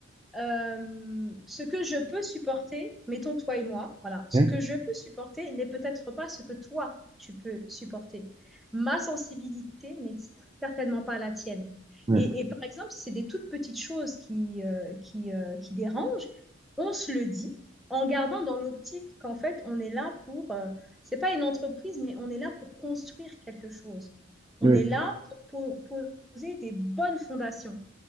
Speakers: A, in the centre; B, on the right (about 20°).
A: euh, ce que je peux supporter, mettons toi et moi, voilà, ce
B: Hein
A: que je peux supporter n'est peut-être pas ce que toi tu peux supporter. Ma sensibilité n'est certainement pas la tienne.
B: Ouais.
A: Et, et par exemple, si c'est des toutes petites choses qui, euh, qui, euh, qui dérangent. On se le dit en gardant dans l'optique qu'en fait, on est là pour, euh, c'est pas une entreprise, mais on est là pour construire quelque chose. On
B: Oui,
A: est là pour po- poser des bonnes fondations